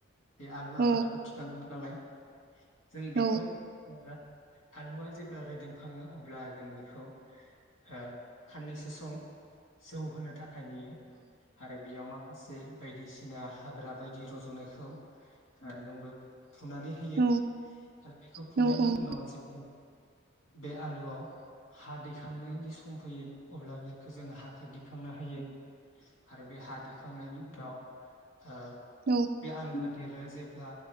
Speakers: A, on the left; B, on the right.
A: बे आलु
B: औ
A: आबादखौ थिखाङौ नालाय <inaudible> जों बेखौ
B: औ
A: जेनेबा आलुआ जेब्ला रोदोमखाङो अब्ला जों बेखौ हो खाननैसो सम जौहोनो थाखाय य नेयो आरो बेयाव मा माखासे बायदिसिना हाग्रा बायदि रज' नायखौ ओ जोंबो फुनानै होयो
B: औ
A: आरो बेखौ फुनायनि
B: नंगौ
A: उनाव जे बे आलुआव हा दैै खांनायनि सम फैयो अब्ला बेखो जोङो हाखो दिखांना होयो। <inaudible> आरो बे हा दिखांनायनि उनाव। ओ
B: औ
A: बे आलु देरो जेब्ला।